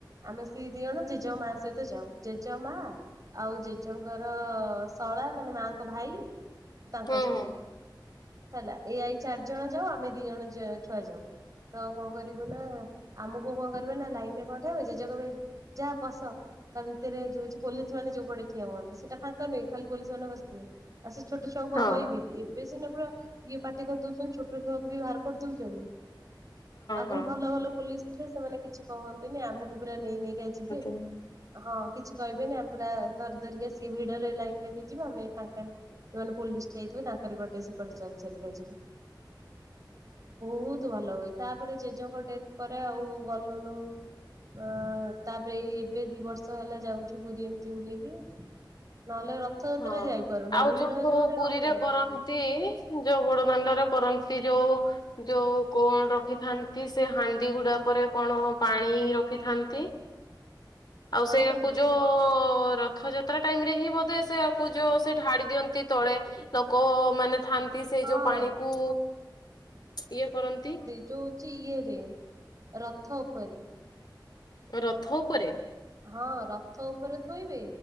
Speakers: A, on the right (about 45°); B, on the left (about 60°).
A: ଆମେ ସେ ଦି ଜଣ ଜେ ଜେ ମା ସହିତ ଯାଉ। ଜେଜ ମା ଆଉ ଜେଜେଙ୍କର ଶଳା ମାନେ ମାଙ୍କ ଭାଇ। ତାଙ୍କ
B: ହୁଁ
A: ସ୍ତ୍ରୀ
B: ହୁଁ
A: ହେଲା ଏ ଆଇ ଚାରି ଜଣ ଯାଉ ଆମେ ଦି ଜ ଛୁଆ ଯାଉ। ତ କଣ କରିବୁ ନା ଆମକୁ କଣ କରିବେ ନା ଲାଇନରେ କଣ ଠିଆହବ ଜେଜେ କହିବେ ଯା ବସ। ତା ଭିତରେ ଯୋଉ ପୋଲିସ ମାନ ଯୋଉ ପଟେ ଠିଆ ହୁଅନ୍ତି ସେଟା ଫାଙ୍କା ନୁହେଁ କି ଖାଲି ପୋଲିସ ମାନେ ବସିଥିବେ। ଆଉ ସେ ଛୋଟ ଛୁଆଙ୍କୁ କଣ
B: ହଁ
A: କହିବେ କି ଏବେ ସିନା ପୁରା ଇଏ ପାଟି କରିଦୋଉଛନ୍ତି ଛୋଟ ଛୁଆକୁ ବି ବାହାର କରିଦଉଛନ୍ତି। ଆଗରୁ
B: ହଁ ହଁ।
A: ଭଲ ଭଲ ପୋଲିସ ଥିଲେ ସେମାନେ କିଛି କହନ୍ତିନି ଆମକୁ ପୁରା ନେଇ ନେଇକା ଯିବେ।
B: ହୁଁ।
A: ହଁ କିଛି କହିବେନି ଆମେ ପୁରା ଧରି ଧରିକି ସେ ଭିଡରେ ଲାଇନ ଲଗେଇ ଯିବେ ଆମେ ଏଇ ଫାଙ୍କାରେ ଯୋଉମାନେ ପୋଲିସ ଠିଆ ହେଇଥିବେ ତାଙ୍କରି ପଟେ ସେ କଡେ ଚାଲି ଚାଲିକା ଯିବୁ। ବହୁତ ଭଲ ହୁଏ। ତାପରେ ଜେଜେଙ୍କ ଡେଥ ପରେ ଆଉ ଗଲୁନୁ। ଅ ତାପରେ ଏଇ ଏବେ ଦି ବର୍ଷ ହେଲା ଯାଉ। ପୁରୀ ଏମିତି ବୁଲିକି ନହେଲେ ରଥଯାତ୍ରା
B: ହଁ।
A: ଯାଇପାରୁନା।
B: ଆଉ
A: ଭିଡ
B: ଯୋଉ
A: ଜୋରେ
B: ପୁରୀରେ
A: ଆଉ ଯାଇପାରୁନୁ।
B: କରନ୍ତି, ଯୋଉ ବଡଦାଣ୍ଡରେ କରନ୍ତି ଯୋଉ ଯଉ କଣ ରଖିଥାନ୍ତି ସେ ହାଣ୍ଡି ଗୁଡାକରେ କଣ ପାଣି ରଖିଥାନ୍ତି। ଆଉ
A: ବଡ
B: ସେଇ ଆଗକୁ
A: ଦାଣ୍ଡରେ
B: ଜୋ ର
A: ନା ତ
B: ରଥଯାତ୍ରା ଟାଇମ ରେ ହିଁ ବୋଧେ ସେଆକୁ ଯୋଉ ସେ ଢାଳି ଦିଅନ୍ତି ତଳେ ଲୋକମାନେ ଥାଆନ୍ତି। ସେଇ
A: ହଁ।
B: ଯୋଉ ପାଣିକୁ ଇଏ କରନ୍ତି।
A: ଯୋ ହଉଚି ଇଏରେ ରଥ ଉପରେ।
B: ରଥ ଉପରେ?
A: ହଁ ରଥ ଉପରେ ଥୋଇବେ